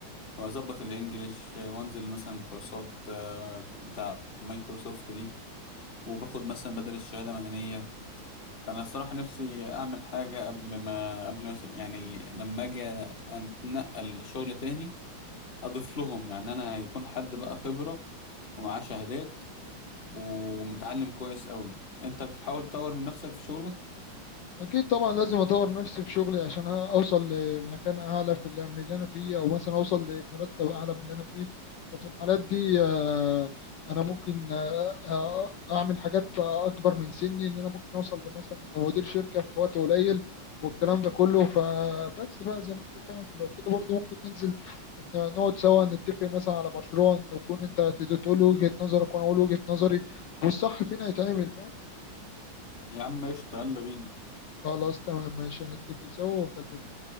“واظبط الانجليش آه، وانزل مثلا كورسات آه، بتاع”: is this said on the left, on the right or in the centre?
Left